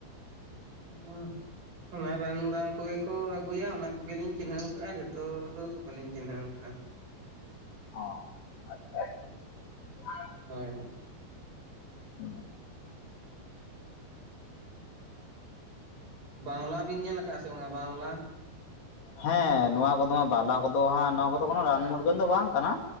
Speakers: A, on the right; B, on the left.
A: ᱩᱸᱜ ᱚᱱᱟ ᱨᱟᱱᱩ ᱨᱟᱱ ᱠᱚᱜᱮ ᱠᱚ ᱟᱹᱜᱩᱭᱟ ᱚᱱᱟ ᱠᱚᱜᱮᱞᱤᱧ ᱪᱤᱱᱦᱟᱹᱣ ᱠᱟᱜ-ᱟ ᱡᱷᱚᱛᱚ ᱫᱚ ᱵᱟᱹᱞᱤᱧ ᱪᱤᱱᱦᱟᱹᱣ ᱠᱟᱜ-ᱟ᱾
B: ᱚᱸ ᱟᱪᱪᱷᱟ <inaudible>
A: ᱦᱳᱭ-ᱦᱳᱭ
B: <unintelligible>
A: ᱵᱟᱣᱞᱟ ᱵᱤᱱ ᱧᱮᱞ ᱠᱟᱜ-ᱟ ᱥᱮ ᱵᱟᱝ ᱵᱟᱸᱣᱞᱟ?
B: ᱦᱮᱸ ᱱᱚᱣᱟ ᱠᱚᱫᱚ ᱦᱟᱸᱜ ᱵᱟᱸᱣᱞᱟ ᱠᱚᱫᱚ ᱦᱟᱸᱜ ᱱᱚᱣᱟ ᱠᱚᱫᱚ ᱠᱚᱱᱳ ᱨᱟᱱ ᱢᱩᱨᱜᱟᱹᱱ ᱫᱚ ᱵᱟᱝ ᱠᱟᱱᱟᱼᱼ